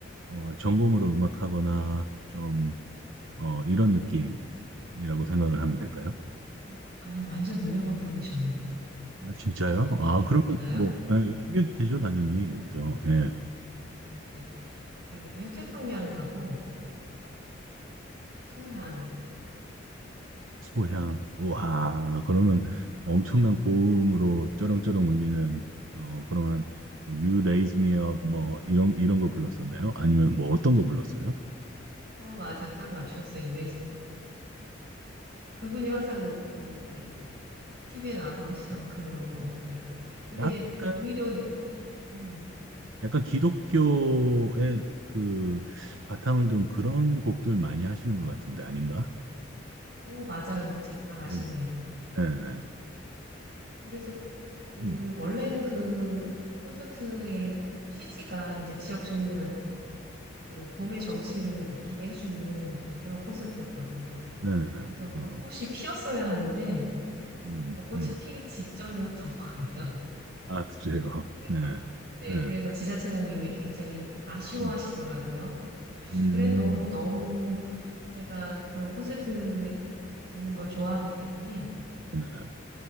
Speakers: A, on the right; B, on the right.
A: 어, 전공으로 음악하거나 좀 어, 이런 느낌이라고 생각을 하면 될까요?
B: 어, 아니요, 완전 유명한 분이셨는데.
A: 아, 진짜요?
B: 이름
A: 아,
B: 얘기해도
A: 그러면
B: 되나요?
A: 뭐 예, 이게 되죠, 당연히 여기서. 예.
B: 음, 네. 그, 유태평양하고 소향.
A: 소향. 와, 그러면 엄청난 고음으로 쩌렁쩌렁 울리는 어 그러면 뭐 You Raise Me Up 뭐 이런 이런 거 불렀었나요? 아니면 뭐 어떤 거 불렀어요?
B: 어, 맞아. 딱 맞추셨어요. 유래수명하고. 그분이 항상 그, 네. TV에 나와서 하시던 그런 곡들. 근데
A: 약간
B: 또 오히려, 유- 음,
A: 약간 기독교의 그 바탕을 둔 그런 곡들 많이 하시는 것 같은데 아닌가?
B: 어, 맞아요. 잘 아시네요.
A: 이런- 네네네.
B: 그래서 그,
A: 음.
B: 원래는 그 콘서트의 취지가 이제 지역 주민들한테 그 봄의 정취를 느끼게 해주는 그런 콘서트였거든요.
A: 네네네.
B: 그래서
A: 어.
B: 벚꽃이 피었어야 하는데
A: 음.
B: 벚꽃이
A: 음.
B: 피기 직전이었던 <laughs> 거예요.
A: 아, 그래요.
B: 그래서
A: 네.
B: 네,
A: 네.
B: 그래서 지자체장님이 굉장히
A: 음.
B: 아쉬워하시더라고요.
A: 음.
B: 네.
A: 음.
B: 그래도 너무 제가 그런 콘서트를 듣는 걸 좋아하기 때문에
A: 네네네.